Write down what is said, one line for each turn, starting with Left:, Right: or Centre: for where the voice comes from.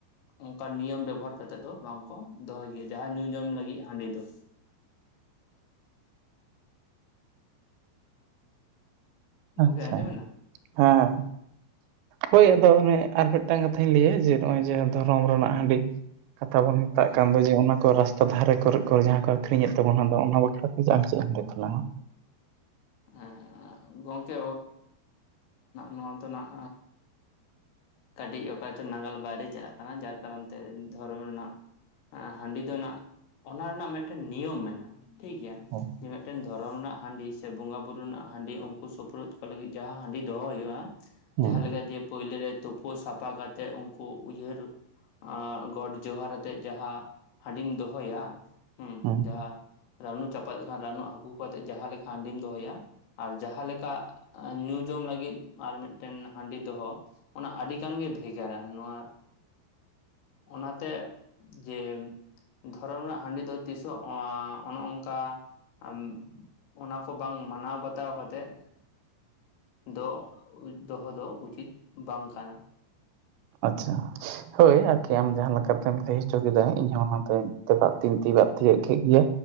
Left: ᱚᱱᱠᱟᱱ ᱱᱤᱭᱚᱢ ᱵᱮᱵᱚᱦᱟᱨ ᱠᱟᱛᱮᱜ ᱫᱚ ᱵᱟᱝ ᱠᱚ ᱫᱚᱦᱚᱭ ᱜᱮᱭᱟ᱾ ᱡᱟᱦᱟ ᱧᱩ ᱡᱚᱝ ᱞᱟᱹᱜᱤᱫ ᱦᱟᱸᱰᱤ ᱫᱚ᱾ ᱜᱚᱝᱠᱮ
Right: ᱟᱪᱪᱷᱟ
Left: ᱟᱸᱡᱚᱢᱮᱱᱟ
Right: ᱦᱮᱸ᱾ ᱦᱳᱭ ᱟᱫᱚ ᱚᱱᱮ ᱟᱨ ᱢᱤᱫᱴᱟᱱ ᱠᱟᱛᱷᱟᱧ ᱞᱟᱹᱭ-ᱟ ᱡᱮ ᱱᱚᱸᱜ-ᱚᱭ ᱡᱮ ᱫᱷᱚᱨᱚᱢ ᱨᱮᱱᱟᱜ ᱦᱟᱸᱰᱤ ᱠᱟᱛᱷᱟ ᱵᱚᱱ ᱢᱮᱛᱟᱜ
Left: ᱦᱮᱸ
Right: ᱠᱟᱱ ᱫᱚ ᱡᱮ ᱚᱱᱟ ᱠᱚ ᱨᱟᱥ ᱛᱟ ᱫᱷᱟᱨᱮ ᱠᱚᱨᱮ ᱠᱚ ᱡᱟᱦᱟ ᱠᱚ ᱟᱹᱠᱷᱨᱤᱧ ᱮᱫ ᱛᱟᱵᱚᱱᱟ ᱟᱫᱚ ᱚᱱᱟ ᱵᱟᱠᱷᱨᱟ ᱛᱮ ᱜᱮ ᱟᱢ ᱪᱮᱫ ᱮᱢ ᱞᱟᱹᱭ ᱛᱟᱞᱟᱝᱟ?
Left: ᱦᱮᱸ ᱜᱚᱝᱠᱮ ᱱᱚᱣᱟ ᱫᱚ ᱱᱟᱜ ᱠᱟᱹᱴᱤᱡ ᱚᱠᱟ ᱪᱚ ᱱᱟᱜᱟᱞ ᱵᱟᱭᱨᱮ ᱪᱟᱞᱟᱜ ᱠᱟᱱᱟ ᱡᱟᱨ ᱠᱟᱨᱚᱱ ᱛᱮ ᱫᱷᱚᱨᱚᱢ ᱨᱮᱱᱟᱜ ᱦᱟᱸᱰᱤ ᱫᱚ ᱱᱟᱜ ᱚᱱᱟ ᱨᱮᱱᱟᱜ ᱢᱤᱫᱴᱮᱱ ᱱᱤᱭᱚᱢ ᱢᱮᱱᱟᱜ-ᱟ᱾ ᱴᱷᱤᱠ ᱜᱮᱭᱟ
Right: ᱦᱩᱸ
Left: ᱡᱮ ᱢᱤᱫᱴᱮᱱ ᱫᱷᱚᱨᱚᱢ ᱨᱮᱱᱟᱜ ᱦᱟᱸᱰᱤ ᱥᱮ ᱵᱚᱸᱜᱟ ᱵᱩᱨᱩ ᱨᱮᱱᱟᱜ ᱦᱟᱸᱰᱤ ᱩᱱᱠᱩ ᱥᱳᱯᱨᱳᱫ ᱠᱚ ᱞᱟᱹᱜᱤᱫ ᱡᱟᱦᱟ ᱦᱟᱸᱰᱤ ᱫᱚᱦᱚ ᱦᱳᱭᱳᱜ-ᱟ᱾ᱡᱟᱦᱟ
Right: ᱦᱩᱸ
Left: ᱞᱮᱠᱟ ᱡᱮ ᱯᱳᱭᱞᱳ ᱨᱮ ᱛᱳᱯᱳ ᱥᱟᱯᱷᱟ ᱠᱟᱛᱮᱫ ᱩᱱᱠᱩ ᱩᱭᱦᱟᱹᱨ ᱟᱨ ᱜᱚᱸᱰᱽ ᱡᱚᱸᱦᱟᱨ ᱟᱛᱮᱜ ᱡᱟᱦᱟ ᱦᱟᱸᱰᱤᱢ ᱫᱚᱦᱚᱭᱟ ᱦᱮᱸ
Right: ᱦᱩᱸ
Left: ᱡᱟᱦᱟ ᱨᱟᱹᱱᱩ ᱪᱟᱯᱟᱫ ᱞᱮᱠᱷᱟᱱ ᱨᱟᱹᱱᱩ ᱟᱹᱜᱩ ᱠᱟᱛᱮᱫ ᱡᱟᱦᱟ ᱞᱮᱠᱟ ᱦᱟᱸᱰᱤᱢ ᱫᱚᱦᱚᱭᱟ᱾ ᱟᱨ ᱡᱟᱦᱟ ᱞᱮᱠᱟ ᱧᱩ ᱡᱚᱝ ᱞᱟᱹᱜᱤᱫ ᱟᱨ ᱢᱤᱫᱴᱮᱱ ᱦᱟᱸᱰᱤ ᱫᱚᱦᱚ᱾ ᱚᱱᱟ ᱟᱹᱰᱤ ᱜᱟᱱ ᱜᱮ ᱵᱷᱮᱜᱟᱨᱟ ᱱᱚᱣᱟ᱾ ᱚᱱᱟ ᱛᱮ ᱡᱮ ᱫᱷᱚᱨᱚᱢ ᱨᱮᱱᱟᱜ ᱦᱟᱸᱰᱤ ᱫᱚ ᱛᱤᱥ ᱦᱚᱸ ᱚᱱᱮ ᱚᱱᱠᱟ ᱟᱢ ᱚᱱᱟ ᱠᱚ ᱵᱟᱝ ᱢᱟᱱᱟᱣ ᱵᱟᱛᱟᱣ ᱠᱟᱛᱮᱜ ᱫᱚ ᱫᱚᱦᱚ ᱫᱚ ᱩᱪᱤᱛ ᱵᱟᱝ ᱠᱟᱱᱟ᱾
Right: ᱟᱪᱪᱷᱟ᱾ ᱦᱳᱭ ᱟᱨᱠᱤ ᱟᱢ ᱡᱟᱦᱟ ᱞᱮᱠᱟᱛᱮᱢ ᱞᱟᱹᱭ ᱦᱚᱪᱚ ᱠᱮᱫᱟ ᱤᱧᱦᱚᱸ ᱚᱱᱟ ᱫᱚ ᱵᱟᱜ ᱛᱤᱧ ᱛᱚᱵᱟᱜ ᱛᱤᱭᱳᱜ ᱠᱮᱫ ᱜᱮᱭᱟ᱾